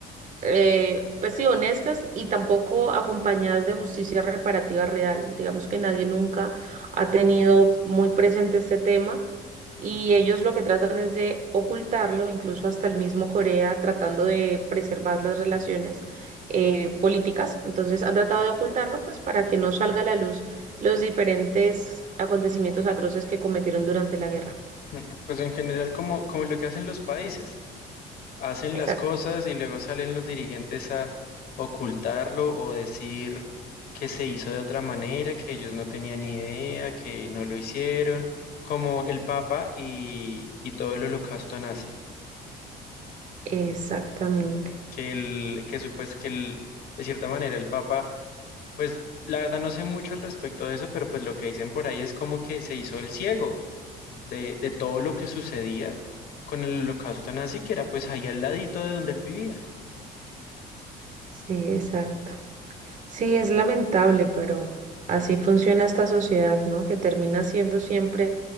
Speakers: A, on the right; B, on the left.
A: eh, pues sí, honestas y tampoco acompañadas de justicia reparativa real. Digamos que nadie nunca ha tenido muy presente este tema y ellos lo que tratan es de ocultarlo, incluso hasta el mismo Corea tratando de preservar las relaciones eh, políticas. Entonces han tratado de ocultarlo pues para que no salga a la luz los diferentes acontecimientos atroces que cometieron durante la guerra.
B: Mm, Pues en general, como, como lo que hacen los países, hacen
A: Exacto.
B: las cosas y luego salen los dirigentes a ocultarlo o decir que se hizo de otra manera, que ellos no tenían ni idea, que no lo hicieron, como el Papa y, y todo el holocausto nazi,
A: Exactamente.
B: que, el, que, supues- que el- de cierta manera el Papa Pues la verdad no sé mucho al respecto de eso, pero pues lo que dicen por ahí es como que se hizo el ciego de, de todo lo que sucedía con el holocausto nazi, que era pues ahí al ladito de donde él vivía.
A: Sí, exacto. Sí, es lamentable, pero así funciona esta sociedad, ¿no? Que termina siendo siempre,